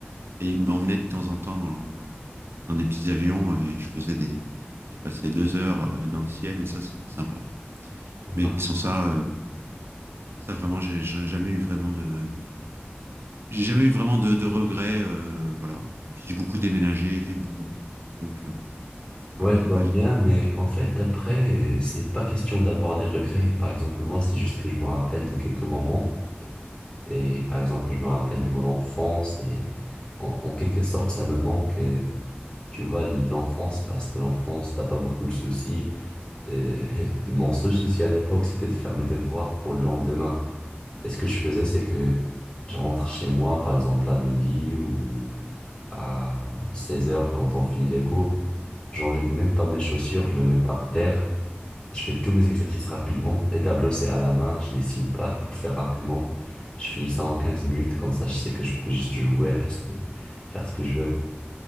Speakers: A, on the right; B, on the left.
A: Et il m'emmenait de temps en temps dans, dans, dans des petits avions euh, et je faisais des, je passais deux heures euh, dans le ciel et ça, c'était sympa.
B: Mhm.
A: Mais sans ça, euh, ça vraiment, j'ai j'ai jamais eu vraiment de, j'ai jamais eu vraiment de, de regrets, euh, voilà. Puis j'ai beaucoup déménagé, beaucoup, donc euh, voilà,
B: Ouais,
A: j'ai
B: je vois
A: pas eu de...
B: bien, mais en fait, après, euh, c'est pas question d'avoir des regrets. Par exemple, moi, c'est juste que je me rappelle de quelques moments. Et par exemple, je me rappelle de mon enfance. Et en, en quelque sorte, ça me manque, euh, tu vois, l'enfance, parce que l'enfance, t'as pas beaucoup de soucis. Euh, <laughs> mon seul souci à l'époque, c'était de faire mes devoirs pour le lendemain. Et ce que je faisais, c'est que je rentre chez moi, par exemple, à midi ou à seize heures quand on finit les cours. J'enlève même pas mes chaussures, je me mets par terre, je fais tous mes exercices rapidement. Les tableaux, c'est à la main, je dessine pas pour faire rapidement. Je finis ça en 15 minutes, comme ça je sais que je peux juste jouer, rester, faire ce que je veux.